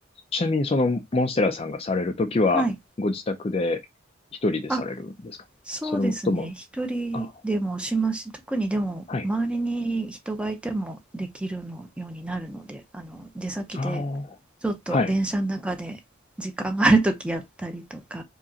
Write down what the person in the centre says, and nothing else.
はい。
あ、そうですね。一人でもしますし、
特にでも周りに人がいてもできるのようになるので、
あの出先で
ちょっと電車の中で時間があるときやったりとか、